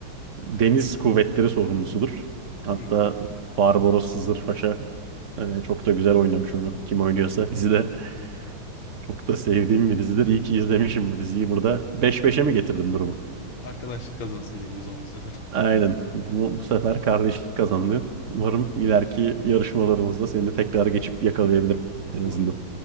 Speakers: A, on the right (about 50°); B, on the left (about 70°).
A: Deniz Kuvvetleri sorumlusudur. Hatta
B: Hı hı.
A: Barbaros Sızır Paşa e, çok da güzel oynamış onu. Kim oynuyorsa dizide çok da sevdiğim bir dizidir. İyi ki izlemişim bu diziyi. Burada Beş beşe mi getirdim durumu?
B: Arkadaşlık kazansın diyelim o zaman bu sefer.
A: Aynen. Bu, bu sefer kardeşlik kazandı. Umarım ileriki yarışmalarımızda seni de tekrar geçip yakalayabilirim en
B: <laughs> Umarım.
A: azından.